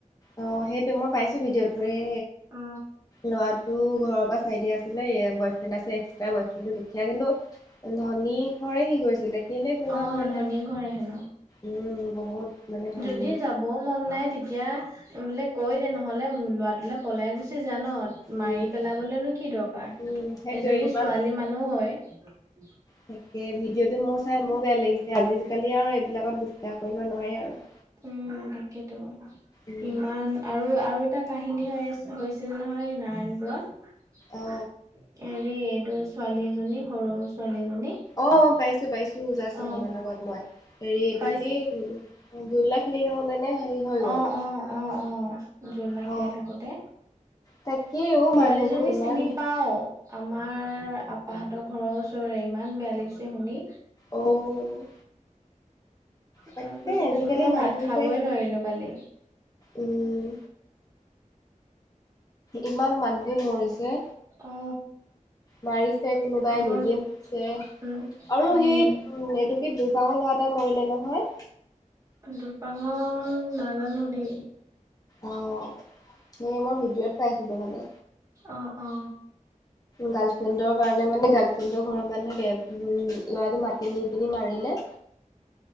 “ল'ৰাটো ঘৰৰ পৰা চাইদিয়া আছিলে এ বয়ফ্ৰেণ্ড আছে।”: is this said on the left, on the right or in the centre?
Left